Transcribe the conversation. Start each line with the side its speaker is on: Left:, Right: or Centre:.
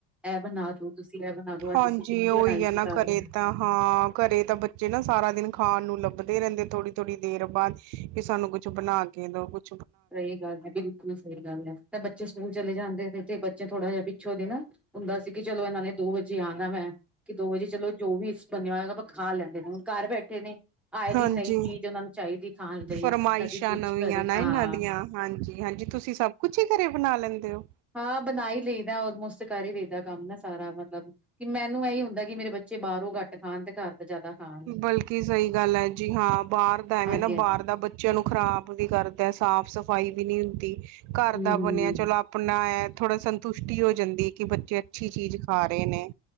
Centre: ਇਹ ਬਣਾ ਦੋ, ਤੁਸੀਂ ਇਹ ਬਣਾ ਦੋ।
Right: ਹਾਂਜੀ
Centre: ਟਿੱਕੀ
Right: ਉਹੀ
Centre: ਬਣਾਈ
Right: ਐ
Centre: ਸੀ
Right: ਨਾਂ
Centre: ਘਰ
Right: ਘਰੇ ਤਾਂ ਹਾਂ, ਘਰੇ ਤਾਂ ਬੱਚੇ ਨਾਂ ਸਾਰਾ ਦਿਨ ਖਾਣ ਨੂੰ ਲੱਭਦੇ ਰਹਿੰਦੇ। ਥੋੜੀ-ਥੋੜ੍ਹੀ ਦੇਰ ਬਾਅਦ ਕਿ ਸਾਨੂੰ ਕੁ ਬਣਾ ਕੇ ਦੋ ਕੁਝ।
Centre: ਸਹੀ ਗੱਲ ਏ, ਬਿਲਕੁਲ ਸਹੀ ਗੱਲ ਐ। ਤੇ ਬੱਚੇ ਸਕੂਲ ਚਲੇ ਜਾਂਦੇ ਫਿਰ ਬੱਚੇ ਥੋੜਾ ਜਿਹਾ ਬੀ ਪਿੱਛੋਂ ਦੇ ਨਾਂ ਹੁੰਦਾ ਸੀ ਕਿ ਚਲੋ ਇਹਨਾਂ ਨੇ ਦੋ ਵਜੇ ਆਣਾ ਵੈ। ਕਿ ਦੋ ਵਜੇ ਚਲੋ ਜੋ ਵੀ ਬਣਿਆ ਹੋਏਗਾ ਤੋ ਖਾ ਲੈਂਦੇ ਨੇਂ। ਘਰ ਬੈਠੇ ਨੇਂ ਆਏ ਦਿਨ
Right: ਹਾਂਜੀ
Centre: ਨਈ ਚੀਜ਼ ਉਹਨਾਂ ਨੂੰ ਚਾਹੀਦੀ ਖਾਣ ਲਈ,
Right: ਫਰਮਾਇਸ਼ਾਂ
Centre: ਕਦੀ ਕੁਛ
Right: ਨਵੀਆਂ
Centre: ਕਦੇ।
Right: ਨਾ
Centre: ਹਾਂ
Right: ਇਹਨਾਂ ਦੀਆਂ ਹਾਂਜੀ ਹਾਂਜੀ, ਤੁਸੀਂ ਸਭ ਕੁਛ ਹੀ ਘਰੇ ਬਣਾ ਲੈਂਦੇ ਹੋ।
Centre: ਹਾਂ ਬਣਾ ਹੀ ਲਈਦਾ ਆਲਮੋਸਟ ਕਰ ਹੀ ਲਈਦਾ ਕੰਮ ਨਾਂ ਸਾਰਾ ਮਤਲਬ। ਕਿ ਮੈਨੂੰ ਇਹੀ ਹੁੰਦਾ, ਕਿ ਮੇਰੇ ਬੱਚੇ ਬਾਹਰੋਂ ਘੱਟ ਖਾਣ ਤੇ ਘਰ। ਜ਼ਿਆਦਾ ਹਾਂ
Right: ਬਲਕਿ ਸਹੀ ਗੱਲ ਹੈ, ਜੀ ਹਾਂ ਬਾਹਰ ਦਾ ਐਵੇਂ
Centre: ਹਾਂਜੀ
Right: ਨਾ
Centre: ਹਾਂਜੀ
Right: ਬਾਹਰ ਦਾ ਬ ਚਲੋ ਖ਼ਰਾਬ ਵੀ ਕਰਦਾ ਸਾਫ ਸਫਾਈ ਵੀ ਨਹੀਂ ਹੁੰਦੀ ਘਰ
Centre: ਹਮ
Right: ਦਾ
Centre: ਹਮ
Right: ਬਣਿਆ
Centre: ਹਮ
Right: ਚਲੋ। ਆਪਣਾ ਇਹ ਥੋੜਾ ਸੰਤੁਸ਼ਟੀ ਹੋ ਜਾਂਦੀ ਕਿ ਬੱਚੇ। ਅੱਛੀ ਚੀਜ਼ ਖਾ ਰਹੇ ਨੇ